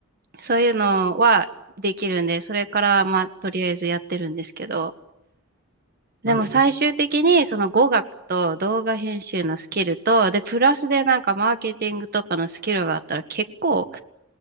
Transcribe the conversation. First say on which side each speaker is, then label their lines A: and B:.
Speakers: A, on the right; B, on the right.
A: そういうのはできるんで、それから、まあ、とりあえずやってるんですけど、
B: なんかね、
A: でも最終的にその語学と動画編集のスキルと、で、プラスでなんかマーケティングとかのスキルがあったら結構